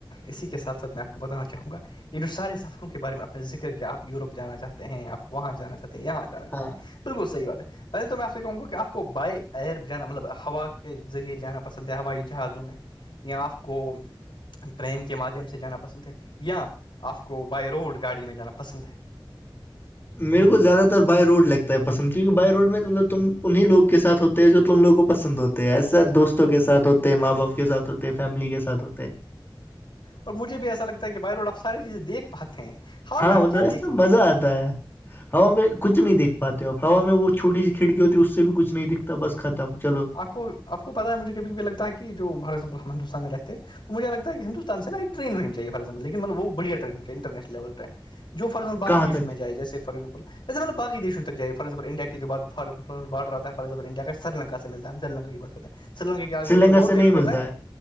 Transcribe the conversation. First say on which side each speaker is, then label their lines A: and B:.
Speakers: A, on the left; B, on the left.
A: اسی کے سات ساتھ میں آپ کو بتان چاہوں گا یہ جو سارے سفروں کے بارے میں آ نے ذکر کیا آپ یوروپ جانا چاہتے ہیں آپ وہاں جانا چاہتے ہیں یا جا جے
B: ہاں
A: <unintelligible> بالکل صحی بات ہے پہے تو میں آپ سے کہوں گا کہ آپ کو بائی ایئر جانا مطلب ہوا کے ذریعے جانا <unintelligible> پسند ہے ہوائی جہازوں میں یہیااں آپ کو <unintelligible> ٹرین کے مادھیم سے جانا پسند ہے یا آپ کو بائی روڈ گاڑی میں جانا پسند ہے
B: میرے کو زیادہ تر بائی روڈ لگتا ہے پسند کیونکہ بائی روڈ میں مطل تم انہیں لوگ کے ساتھ ہوتے ہیں جو تم لوگ کو پسند ہوتے <unintelligible> ایسا دوستوں کے ساتھ ہوتے ماں باپ کے ساتھ ہوتے فیملی کے ساتھ ہوتے
A: اور مجھے بھی ایسا لگتا کہ بائی روڈ آپ ساری چیزیں دیکھ پتے ہیں ہوا
B: ہاں
A: میں آپ
B: م
A: کیا
B: تو ایس
A: دیکھیں
B: تو
A: گے
B: مزہ آتا ہے <unintelligible> ہوا میں کچھ نہیں دیکھ پاتے آب ہوا میں وہ چھوٹی سی کھڑکی ہوتی ہے اس سے بھی کچھ نہیں دکھتا بس ختم چلو
A: آپ کو آپ کو پتاہ ہے مجھے کبھی کبھی لگتا ہے کہ جو بھارت ہندوستان میں رہتے ہیں تو مھے لگتا ہے ہوستان نا ایک رین ہو چاہی فپ لنل وہ بڑیا ٹن انرنیشل لی رین <unintelligible> جو ف باق
B: کہاں
A: دیش
B: تک
A: میں جیے فار ایگزامپل <unintelligible> ایسےطب بقی دیش تک جائی فارگزامل انڈیا کے جو بات فار بڈر آتا ہےارگامل انڈیا کا سری لنک سے ملتا سری لنکا کی بات کرتے سری لنکا کی آگے ب
B: لنکا
A: کوئی اور
B: سے نہیں
A: دیش وغس
B: ملتا
A: ہے